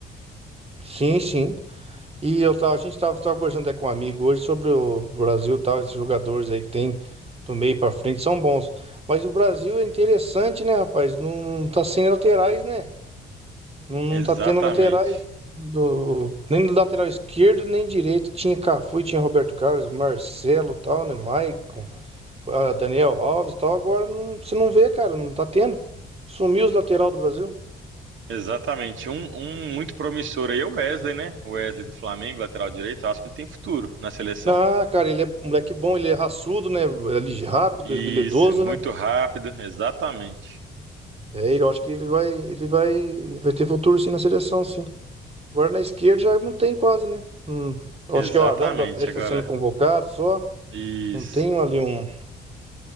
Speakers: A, on the right (about 30°); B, on the right (about 70°).
A: Sim, sim. E eu tava, a gente tava, tava conversando até com um amigo hoje sobre o Brasil e tal, esses jogadores aí que tem do meio pra frente são bons. Mas o Brasil é interessante, né, rapaz? Não, tá sem laterais, né? Não, não
B: Exatamente.
A: tá tendo laterais do, nem do lateral esquerdo, nem direito. Tinha Cafu, tinha Roberto Carlos, Marcelo, e tal, né? Maicon, ah, Daniel Alves, e tal. Agora não, você não vê, cara, não tá tendo. Sumiu os lateral do Brasil.
B: Exatamente. Um, um muito promissor aí é o Wesley, né? O Wesley do Flamengo, lateral direito, acho que ele tem futuro na seleção.
A: Ah, cara, ele é um moleque bom, ele é raçudo, né? Ele é lige- rápido,
B: Isso,
A: habilidoso,
B: muito
A: né?
B: rápido, exatamente.
A: É, ele- eu acho que ele vai, ele vai, ele vai ter futuro sim na seleção, sim. Agora na esquerda já não tem quase, né? Hum. Eu
B: Exatamente.
A: acho que é o Arana do Atlético
B: Agora,
A: está sendo convocado só.
B: isso.
A: Não tem um ali um,